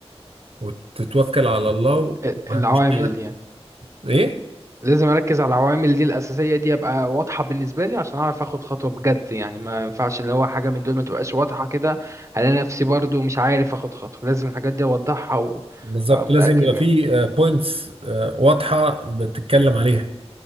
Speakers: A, on the right; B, on the right.
A: وتتوكل على الله
B: ال-
A: وهتشتغل
B: العوامل دي يعني
A: ايه
B: لازم اركز على العوامل دي الاساسية دي ابقى واضحة بالنسبة لي عشان اعرف اخد خطوة بجد يعني ما ينفعش اللي هو حاجة من دول ما تبقاش واضحة كده الاقي نفسي برضو مش عارف اخد خطوة لازم الحاجات دي اوضحها
A: بالظبط
B: ومتأكد
A: لازم يبقى
B: منها
A: في بوينتس واضحة بتتكلم عليها